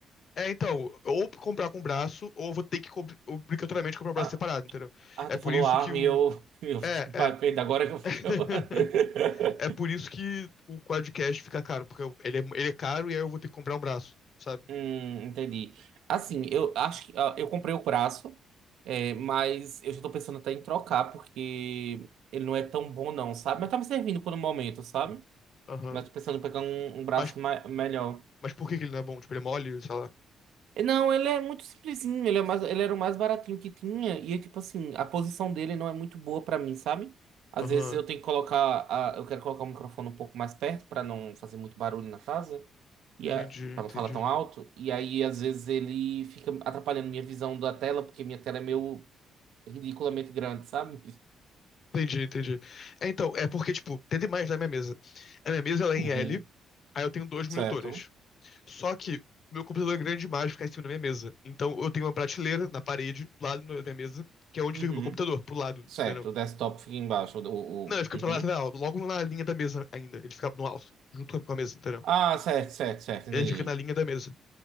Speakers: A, on the left (about 55°); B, on the right (about 80°).
A: é, então, ou comprar com braço, ou eu vou ter que co- obrigatoriamente comprar o braço
B: Ah,
A: separado, entendeu?
B: ah,
A: É
B: tu
A: por
B: falou
A: isso
B: arma
A: que o.
B: e eu, <laughs> eu fiquei
A: É,
B: pa-
A: é.
B: perdendo agora que eu.
A: <laughs>
B: <laughs> eu-
A: É por isso que o quadcast fica caro, porque eu- ele é, ele é caro e aí eu vou ter que comprar um braço, sabe?
B: Hum, entendi. Assim, eu acho que ah, eu comprei o braço, é, mas eu já tô pensando até em trocar, porque ele não é tão bom, não, sabe? Mas tá me servindo por um momento, sabe?
A: Aham,
B: Mas tô pensando em pegar um, um braço
A: Mas,
B: ma- melhor.
A: mas por que que ele não é bom? Tipo, ele é mole, sei lá.
B: Não, ele é muito simplesinho, ele, é mais, ele era o mais baratinho que tinha, e é tipo assim, a posição dele não é muito boa pra mim, sabe? Às
A: aham.
B: vezes eu tenho que colocar, a- eu quero colocar o microfone um pouco mais perto pra não fazer muito barulho na casa, e
A: Entendi,
B: a, para
A: entendi.
B: não falar tão alto, e aí às vezes ele fica atrapalhando minha visão da tela, porque minha tela é meio ridiculamente grande, sabe?
A: Entendi, entendi. É, então, é porque, tipo, tem demais na minha mesa. A minha mesa, ela é
B: Uhum,
A: em L, aí eu tenho dois monitores.
B: certo.
A: Só que meu computador é grande demais, fica em cima da minha mesa. Então, eu tenho uma prateleira na parede, do lado da minha mesa, que é onde
B: Uhum,
A: fica o meu computador, pro lado,
B: certo,
A: entendeu?
B: o desktop fica embaixo, o, o-
A: Não,
B: o-
A: ele fica
B: uhum.
A: pro lado, não, logo na linha da mesa ainda. Ele fica no alto, junto com a mesa, entendeu?
B: Ah, certo, certo, certo, entendi.
A: Ele fica na linha da mesa.